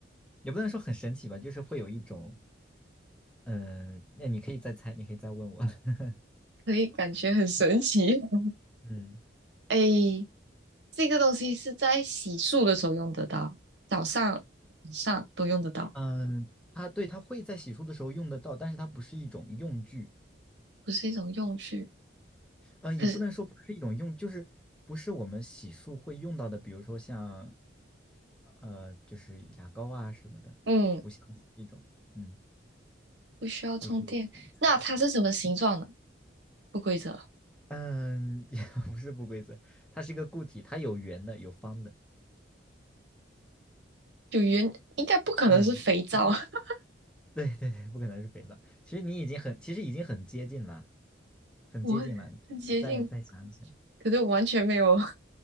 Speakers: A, in the centre; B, on the right.
A: 也不能说很神奇吧，就是会有一种，嗯，那你可以再猜，你可以再问我。<laughs>
B: 可以感觉很神奇。<laughs>
A: 嗯
B: 哎，这个东西是在洗漱的时候用得到，早上、晚上都用得到，
A: 嗯，它对，它会在洗漱的时候用得到，但是它不是一种用具，
B: 不是一种用具。
A: 嗯，
B: 可是，
A: 也不能说不是一种用，就是不是我们洗漱会用到的，比如说像，呃，就是牙膏啊什么的，
B: 嗯，
A: 不像是一种，嗯，
B: 不需要充电。
A: 你可以来猜一猜，
B: 那它是什么形状呢？不规则，
A: 嗯，<laughs> 也不是不规则，它是一个固体，它有圆的，有方的。
B: 有圆，应该不可能是肥皂。
A: 嗯，其实
B: <laughs>
A: 对对对，不可能是肥皂。其实你已经很，其实已经很接近了，很接近了。
B: 我很接近，
A: 你再再想一想，
B: 可是我完全没有。<laughs>